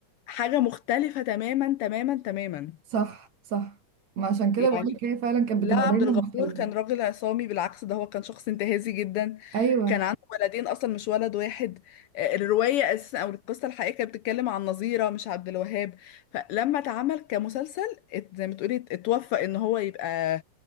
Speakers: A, on the left; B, on the right.
A: حاجه مختلفه تماما تماما تماما
B: صح صح ما عشان كده
A: يعني
B: بقولك هي فعلا كانت
A: لا
B: بتبقى
A: عبد
B: دايما
A: الغفور
B: مختلفة
A: كان راجل عصامي بالعكس ده هو كان شخص انتهازي جدا
B: ايوه
A: كان عنده ولدين اصلا مش ولد واحد آه، الروايه اساسا او القصه الحقيقيه كانت بتتكلم عن نظيره مش عبد الوهاب فلما اتعمل كمسلسل ات- زي ما تقولي ات- اتوفق ان هو يبقى